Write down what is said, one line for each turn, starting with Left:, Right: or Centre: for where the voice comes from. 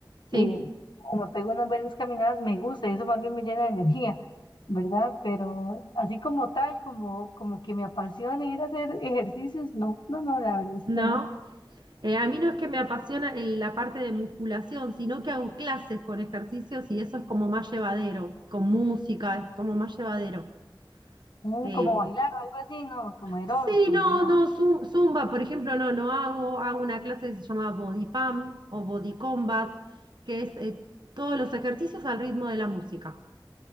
Right: Sí.
Left: eh, como pego unas buenas caminadas, me gusta, eso más bien me llena de energía, ¿verdad? Pero así como tal, como, como que me apasione ir a hacer ejercicios, no, no, no, la verdad es
Right: No,
Left: que no.
Right: Eh, a mí no es que me apasiona el- la parte de musculación, sino que hago clases con ejercicios y eso es como más llevadero, con música, es como más llevadero.
Left: Mm,
Right: Eh,
Left: Como bailar o algo así, no, como aeróbicos,
Right: sí, no,
Left: no.
Right: no, zum- zumba, por ejemplo, no, no hago, hago una clase que se llama Body Pump o Body Combat, que es eh, todos los ejercicios al ritmo de la música.